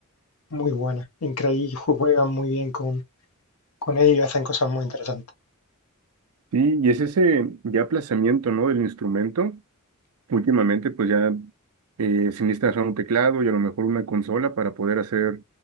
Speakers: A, on the left; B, on the right.
A: muy buena, increíble, ju- juegan muy bien con, con ellos y hacen cosas muy interesantes.
B: Sí, y es ese ya aplazamiento, ¿no? del instrumento. Últimamente, pues ya eh, se necesita hacer un teclado y a lo mejor una consola para poder hacer